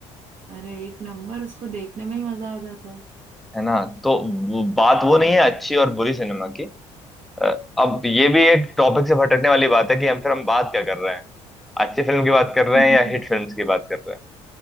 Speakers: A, on the right; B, in the centre.
A: अरे एक नंबर उसको देखने में ही मजा आ जाता है
B: है ना तो वो- बात वो नहीं
A: हम्म
B: है अच्छी और बुरी सिनेमा की अ, अब ये भी एक टॉपिक से भटकने वाली बात है कि हम फिर हम बात क्या कर रहे हैं अच्छी फिल्म की बात कर रहे
A: हम्म।
B: हैं या हिट फिल्म की बात कर रहे हैं